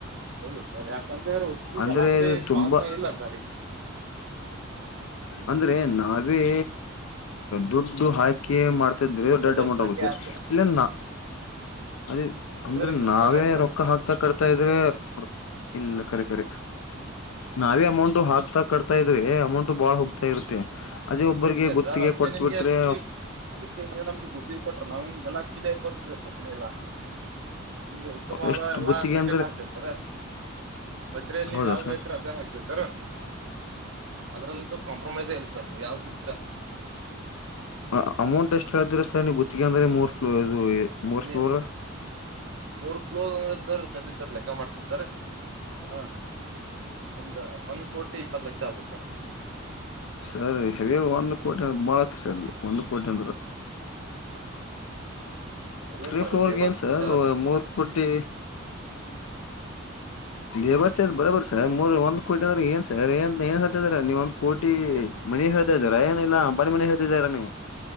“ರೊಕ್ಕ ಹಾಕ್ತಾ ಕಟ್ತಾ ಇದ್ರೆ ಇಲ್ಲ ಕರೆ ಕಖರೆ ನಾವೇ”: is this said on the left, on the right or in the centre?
Left